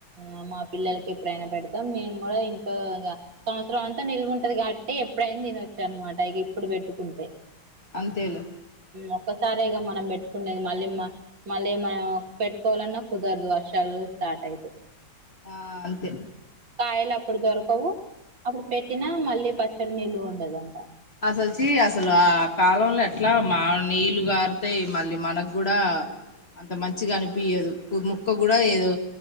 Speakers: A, on the right; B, on the left.
A: ఆ మా పిల్లలకి ఎప్పుడైనా పెడతాం మేము కూడా ఇంట్లో సంవత్సరం అంతా నిల్వ ఉంటది కాబట్టి ఎప్పుడైనా తినచ్చఅన్నమాట ఇక ఇప్పుడు పెట్టుకుంటే
B: అంతేలే
A: ఒక్కసారేగా మనం పెట్టుకునేది మళ్ళీ మళ్ళీ మనం పెట్టుకోవాలన్నా కుదరదు వర్షాలు స్టార్ట్ అయితే
B: హ అంతే
A: కాయలు అప్పుడు దొరకవు అప్పుడు పెట్టినా మళ్ళీ పచ్చడి నిల్వ ఉండదంట
B: వచ్చి అసలు ఆ కాలంలో ఎట్లా మా నీళ్ళు గారుతాయి మళ్ళీ మనకుగూడ అంత మంచిగా అనిపియ్యదు ముక్క కూడా ఏదో